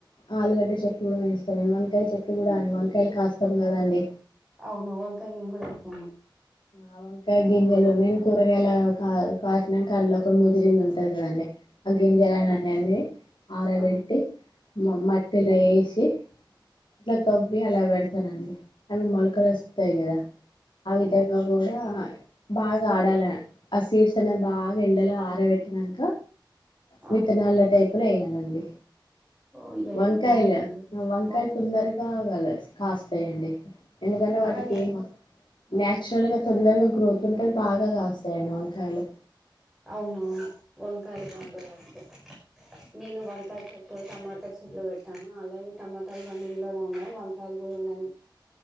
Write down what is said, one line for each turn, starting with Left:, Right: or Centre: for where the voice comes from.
Left: ఆలుగడ్డ చెట్లు కూడా మేస్తా వంకాయ చెట్లు కూడా అండి వంకాయలు కాస్తాం కదా అండి
Centre: అవును వంకాయ నేను కూడా పెట్టాను
Left: ఆ వంకా గింజలు నేను కూరగాయలా కా కాసినాక అందులో ఒక ముదిరింంది ఉంటది కదండి అ్గంజలానన్ని ఆరబెట్టి
Centre: అవును
Left: మ మట్టలో వేసి అట్లా తవ్వి అలా పెడతానండి అవి మొలకలు వస్తాయి కదా ఆ విధంగా కూడా బాగా ఆడాల ఆ సీడ్స్ అనేది బాగా ఎండలో ఆరబెట్టినాక
Centre: ఆహా!
Left: విత్తనాళ్ళ టైపులు వేయ్యాలండి
Centre: ఓ ఈ ఐడియా
Left: వంకాయలు
Centre: బాగుందండి
Left: వంకాయలు
Centre: వం
Left: తందరిగాగల కాస్తాయంండి ఎందుకంటే వాటికి
Centre: ఆ నేను
Left: ఏం నాచురల్ గా తొందరగా గ్రోత్ ఉంటేది బాగాస్తాయండి వంకాయలు
Centre: అవునవును వంకాాల బ వస్తే నేను వంకాయ చెట్లు టమాటా చెట్లు పెట్టాను అలాగే టమాటాలు రన్ని ఇంగ్ లోనే ఉన్నాయి వంకాయలు కూడా ఉన్నాయి